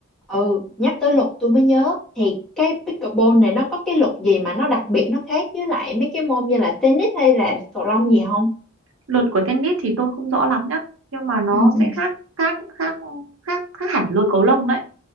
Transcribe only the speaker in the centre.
Ừ, nhắc tới luật tôi mới nhớ thì cái pickleball này nó có cái luật gì mà nó đặc biệt nó khác với lại mấy cái môn như là tennis hay là cầu lông gì không?
ừ ừ